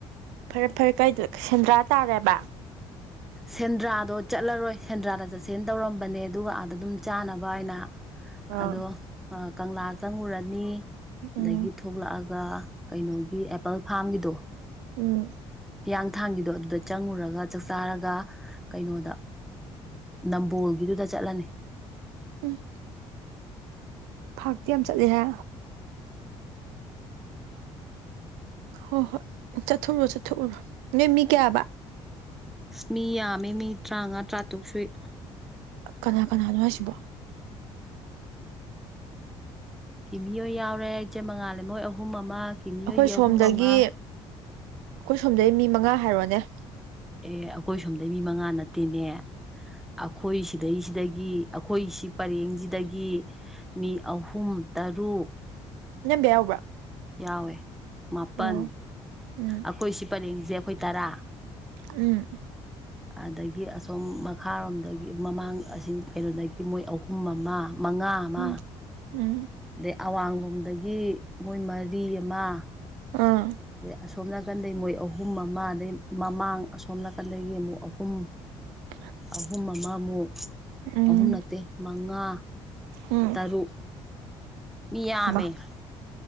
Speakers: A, on the right; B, in the centre.
A: ꯐꯔꯦ ꯐꯔꯦ ꯀꯥꯏꯗ ꯁꯦꯟꯗ꯭ꯔꯥ ꯇꯥꯔꯦꯕ
B: ꯁꯦꯟꯗ꯭ꯔꯥꯗꯣ ꯆꯠꯂꯔꯣꯏ ꯁꯦꯟꯗ꯭ꯔꯥꯗ ꯆꯠꯁꯦꯅ ꯇꯧꯔꯝꯕꯅꯦ ꯑꯗꯨꯒ ꯑꯥꯗ ꯑꯗꯨꯝ ꯆꯥꯅꯕꯥꯏꯅ
A: ꯑꯥ
B: ꯑꯗꯣ ꯀꯪꯂꯥ ꯆꯪꯉꯨꯔꯅꯤ
A: ꯎꯝ
B: ꯑꯗꯒꯤ ꯊꯣꯛꯂꯛꯑꯒ ꯀꯩꯅꯣꯒꯤ ꯑꯦꯄꯜ ꯐꯥꯝꯒꯤꯗꯣ
A: ꯎꯝ
B: ꯍꯤꯌꯥꯡꯊꯥꯡꯒꯤꯗꯣ ꯑꯗꯨꯗ ꯆꯪꯉꯨꯔꯒ ꯆꯥꯛꯆꯥꯔꯒ ꯀꯩꯅꯣꯗ ꯅꯝꯕꯣꯜꯒꯤꯗꯨꯗ ꯆꯠꯂꯅꯤ
A: ꯎꯝ ꯐꯥꯛꯇꯤ ꯌꯥꯝ ꯆꯠꯂꯤꯍꯦ ꯍꯣ ꯍꯣꯏ ꯆꯠꯊꯣꯛꯎꯔꯣ ꯆꯠꯊꯣꯛꯎꯔꯣ ꯅꯣꯏ ꯃꯤ ꯀꯥꯌꯥ ꯕꯥ
B: ꯃꯤ ꯌꯥꯝꯃꯦ ꯃꯤ ꯇ꯭ꯔꯥꯉꯥ ꯇ꯭ꯔꯥꯇꯨꯛ ꯁꯨꯏ
A: ꯀꯅꯥ ꯀꯅꯥꯅꯣ ꯍꯥꯏꯁꯤꯕꯣ
B: ꯀꯤꯃꯤ ꯍꯣꯏ ꯌꯥꯎꯔꯦ ꯏꯆꯦ ꯃꯉꯥꯜꯂꯩꯃ ꯍꯣꯏ ꯑꯍꯨꯝ ꯑꯃ ꯀꯤꯃꯤ
A: ꯑꯩꯈꯣꯏ
B: ꯍꯣꯏꯒꯤ
A: ꯁꯣꯝꯗꯒꯤ
B: ꯑꯍꯨꯝ ꯑꯃ
A: ꯑꯩꯈꯣꯏ ꯁꯣꯝꯗꯩ ꯃꯤ ꯃꯉꯥ ꯍꯥꯏꯔꯣꯅꯦ
B: ꯑꯦ ꯑꯈꯣꯏ ꯁꯣꯝꯗꯩ ꯃꯤ ꯃꯉꯥ ꯅꯠꯇꯦꯅꯦ ꯑꯈꯣꯏ ꯁꯤꯗꯩꯁꯤꯗꯒꯤ ꯑꯈꯣꯏꯁꯤ ꯄꯔꯦꯡꯁꯤꯗꯒꯤ ꯃꯤ ꯑꯍꯨꯝ ꯇꯔꯨꯛ
A: ꯏꯅꯝꯕꯦ ꯌꯥꯎꯕ꯭ꯔꯥ
B: ꯌꯥꯎꯋꯦ ꯃꯥꯄꯟ
A: ꯑꯣ ꯎꯝ
B: ꯑꯈꯣꯏ ꯁꯤ ꯄꯔꯦꯡꯖꯦ ꯑꯈꯣꯏ ꯇꯔꯥ
A: ꯎꯝ
B: ꯑꯗꯒꯤ ꯑꯁꯣꯝ ꯃꯈꯥꯔꯣꯝꯗꯒꯤ ꯃꯃꯥꯡ ꯑꯁꯤ ꯀꯩꯅꯣꯗꯒꯤ ꯃꯣꯏ ꯑꯍꯨꯝ ꯑꯃ ꯃꯉꯥ ꯑꯃ
A: ꯎꯝ ꯎꯝ
B: ꯑꯗꯩ ꯑꯋꯥꯡꯂꯣꯝꯗꯒꯤ ꯃꯣꯏ ꯃꯔꯤ ꯑꯃ
A: ꯑꯥ
B: ꯑꯗꯩ ꯑꯁꯣꯝ ꯅꯥꯀꯟꯗꯩ ꯃꯣꯏ ꯑꯍꯨꯝ ꯑꯃ ꯑꯗꯩ ꯃꯃꯥꯡ ꯑꯁꯣꯝ ꯅꯥꯀꯟꯗꯒꯤ ꯑꯃꯨꯛ ꯑꯍꯨꯝ
A: <inaudible>
B: ꯑꯍꯨꯝ ꯑꯃꯃꯨꯛ
A: ꯎꯝ
B: ꯑꯍꯨꯝ ꯅꯠꯇꯦ ꯃꯉꯥ
A: ꯎꯝ
B: ꯇꯔꯨꯛ ꯃꯤ ꯌꯥꯝꯃꯦ
A: ꯃꯥ